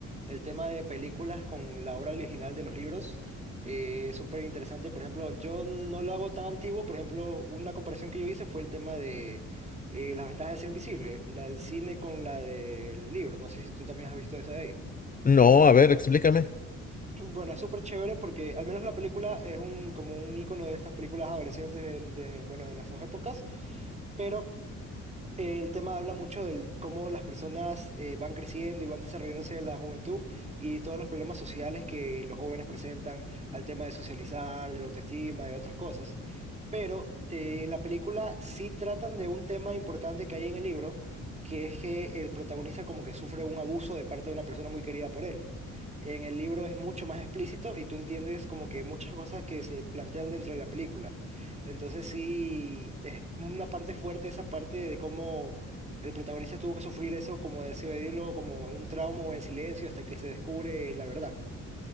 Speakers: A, on the right; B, on the left.
A: el tema de películas con la obra original de los libros. Eh, es súper interesante. Por ejemplo, yo no lo hago tan antiguo. Por ejemplo, una comparación que yo hice fue el tema de eh, las ventajas de ser invisible, la del cine con la del libro. No sé si tú también has visto esa de ahí.
B: No, a ver, explícame.
A: <clears throat> Bueno, es súper chévere porque al menos la película es un, como un icono de estas películas adolescentes de, de, bueno, de nuestras épocas, pero... El tema habla mucho de cómo las personas eh, van creciendo y van desarrollándose en la juventud y todos los problemas sociales que los jóvenes presentan al tema de socializar, de la autoestima, de otras cosas. Pero eh, en la película sí tratan de un tema importante que hay en el libro, que es que el protagonista como que sufre un abuso de parte de una persona muy querida por él. En el libro es mucho más explícito y tú entiendes como que muchas cosas que se plantean dentro de la película. Entonces sí, es una parte fuerte esa parte de cómo el protagonista tuvo que sufrir eso, como decirlo, como un trauma o en silencio hasta que se descubre la verdad.